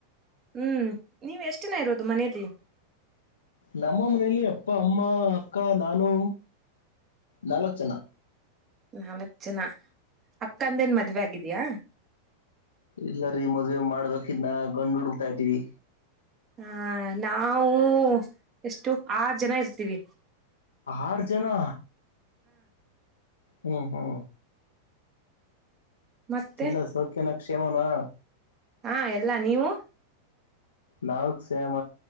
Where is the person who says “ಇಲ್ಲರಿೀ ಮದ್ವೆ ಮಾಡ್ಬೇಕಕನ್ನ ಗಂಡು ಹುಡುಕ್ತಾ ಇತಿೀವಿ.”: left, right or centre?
Left